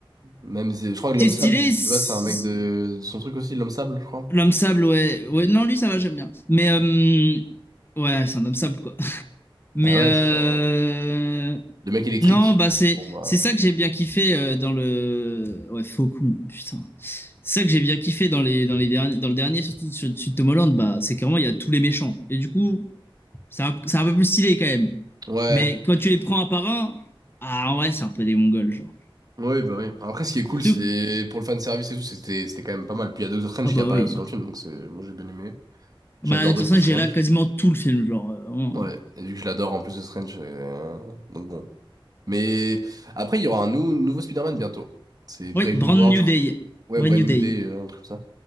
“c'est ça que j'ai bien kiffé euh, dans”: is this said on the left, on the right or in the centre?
Left